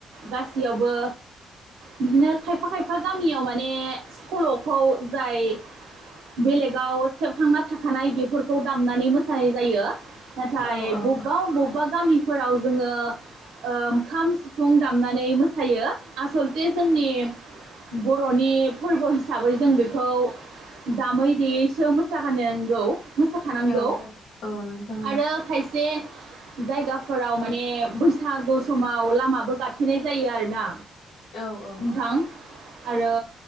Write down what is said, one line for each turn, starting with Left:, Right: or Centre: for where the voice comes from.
Right: गासैयावबो बिदिनो खायफा खायफा गामियाव माने सल'खौ जाय बेलेगाव सेबखांना थाखानाय बेफोरखौ दामनानै मोसानाय जायो। बाथाय
Left: औ औ
Right: बबबा बबबा गामि फोराव जोङो ओ खाम, सिफुं दामनानै मोसायो। आसलथे जोंनि बर'नि फोरबो हिसाबै जों बेखौ दामै देयैस । सो मोसाहानोंगौ। मोसाखानांगौ
Left: औ औ नोंथां
Right: आरो खायसे जायगाफोराव माने बैस सागु समाव लामाबो गाथेनाय जायो आरो ना।
Left: औ औ
Right: नोंथां।
Left: औ
Right: आरो